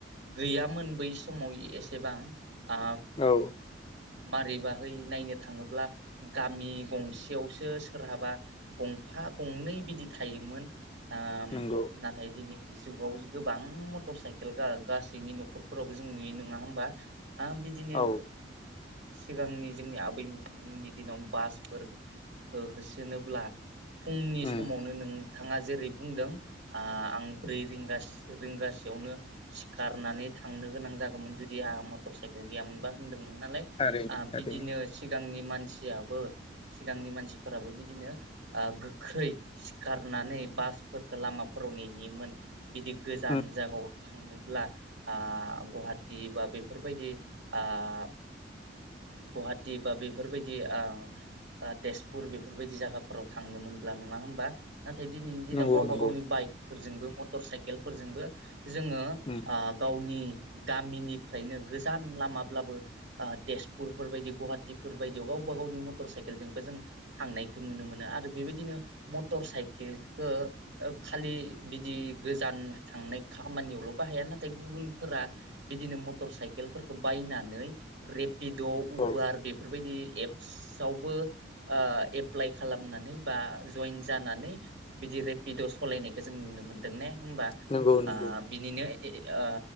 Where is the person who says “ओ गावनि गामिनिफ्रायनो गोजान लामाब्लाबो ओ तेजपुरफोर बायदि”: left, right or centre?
Right